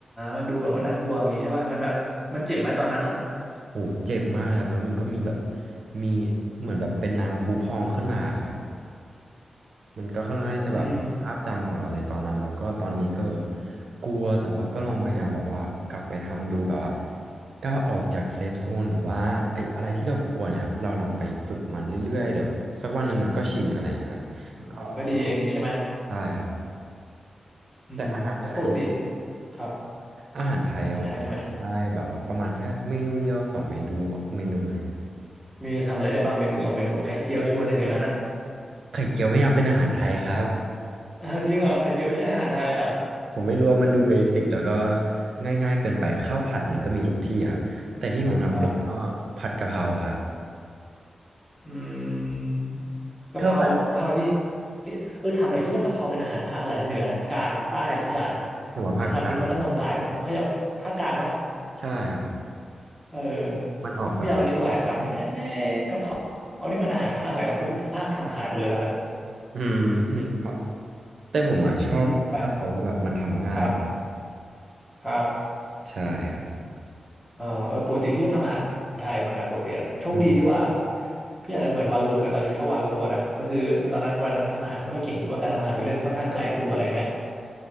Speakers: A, in the centre; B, on the right (about 65°).
A: มันดูแบบว่าน่ากลัวอย่างงี้ใช่ป่ะมันแบบมันเจ็บไหมตอนนั้นอะ
B: โหเจ็บมากเลยครับแล้วมันก็มีแบบมีเหมือนแบบเป็นน้ำพุพองขึ้นมาครับ มันก็ค่อนข้างที่จะแบบภาพจำของเราในตอนนั้นแล้วก็ตอนนี้ก็แบบว่า
A: อืม
B: กลัวแต่ว่าก็ลองพยายามแบบว่ากลับไปทำดูแบบว่าก้าวออกจากเซฟโซนหรือว่าไอ้อะไรที่เรากลัวๆเนี่ยเราลองไปฝึกมันเรื่อยๆเดี๋ยวสักวันหนึ่งมันก็ชินอะไรอย่างเงี้ยครับก็ก็
A: มันมันก็ดีเองงี้ใช่ไหม
B: ใช่ครับ
A: อืมแล้วปกติ
B: แต่อาหารไทย
A: ครับ
B: อาหารไทยอะผมทำได้แบบว่าประมาณแค่เมนูเดียวสองเมนูเมนูอะไรครับ
A: อันไทยทำไมมีทำอะไรได้บ้างเมนูสองเมนูไข่เจียวชวนหนึ่งในนั้นอะ
B: ไข่เจียวไม่เอาเป็นอาหารไทยครับ
A: อ้าวจริงเหรอไข่เจียวไม่ใช่อาหารไทยเหรอ
B: ผมไม่รู้ว่ามันดูเบสิกแล้วก็ง่ายๆเกินไปข้าวผัดมันก็มีทุกที่อ่ะแต่ที่ผมทำเป็นก็ผัดกะเพราครับ
A: ่ อืมกะเพรากะเพรานี่
B: ข้าวผัด
A: เออทำหน่อยคิดว่ากะเพราเป็นอาหารภาคอะไรเหนือกลางใต้อีสาน
B: ผมว่าภาคกลาง
A: พยายามนึกมาตั้งหลายพยายามภาคกลางปะ
B: ใช่ครับ
A: เออ
B: มันออกแบบ
A: พี่พยายามมานึกมาหลายครั้งเอ๊ะกะเพราเอานี่มันอาหารภาคอะไรนะเพราะทุกภาคทำขายหมดเลยตอนเนี้ย
B: อืม <laughs> ครับแต่ผมอ่ะชอบกะเพราว่าะแบบมันทำง่าย
A: อืมไปครับครับ
B: ใช่ครับ
A: เออเออปกติพี่ก็ทำอาหารไทยเหมือนกันปกติอะโชคดีที่ว่า
B: อืม
A: พี่อาจจะเหมือนวาโลเหมือนกันตอนยุทธวาโลนะก็คือตอนนั้นวันนั้นทำอาหารไม่ค่อยเก่งคิดว่าการทำอาหารเป็นเรื่องค่อนข้างไกลตัวอะไรเงี้ย